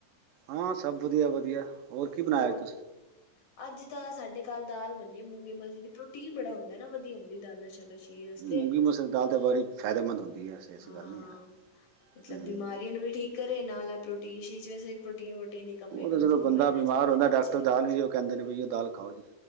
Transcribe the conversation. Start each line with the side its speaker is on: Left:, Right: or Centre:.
Right: ਹਾਂ ਸਭ ਵਧੀਆ-ਵਧੀਆ, ਹੋਰ ਕੀ ਬਨਇਆ
Left: ਹੋਰ
Right: ਅੱਜ ਤੁਸੀਂ?
Left: <inaudible> ਅੱਜ ਤਾਂ ਸਾਡੇ ਘਰ ਦਾਲ ਬਨੀ ਮੂੰਗੀ ਮਸਰੀ ਦੀ, ਪ੍ਰੋਟੀਨ ਬੜਾ ਹੁੰਦਾ ਨਾ, ਵਧੀਆ ਹੁੰਦੀ ਦਾਲਾਂ ਸ਼ਾਲਾਂ ਸ਼ਰੀਰ ਵਸਤੇ,
Right: ਮੂੰਗੀ ਮਸਰ ਦੀ ਦਾਲ ਤਾਂ ਬੜੀ ਫਾਇਦੇਮੰਦ ਹੁੰਦੀ ਹੈ ਐਸੀ ਐਸੀ
Left: ਹਾਂ-ਹਾਂ
Right: ਗੱਲ ਨਹੀਂ ਹੈ
Left: ਮਤਲਬ
Right: ਹੂੰ
Left: ਬਿਮਾਰੀਆਂ ਨੂੰ ਵੀ ਠੀਕ ਕਰੇ ਨਾਲ-ਨਾਲ, ਪ੍ਰੋਟੀਨ ਸ਼ੀ ਵੈਸੇ ਪ੍ਰੋਟੀਨ ਵਰਟੀਨ ਦੀ ਕਮੀ
Right: ਉਹ ਤਾਂ
Left: ਕਮਜ਼ੋਰ
Right: ਜਦੋਂ ਬੰਦਾ
Left: ਹੋਏ ਜਿਨ੍ਹਾਂ
Right: ਬਿਮਾਰ
Left: ਚ ਅੱਜ-ਕੱਲ ਦੇ
Right: ਹੁੰਦਾ
Left: ਬੱਚੇ,
Right: ਡਾਕਟਰ ਦਾਲ ਵੀ ਉਹ ਕਹਿੰਦੇ ਨੇ ਬਈ ਉਹ ਦਾਲ ਖਾਓ ਜੀ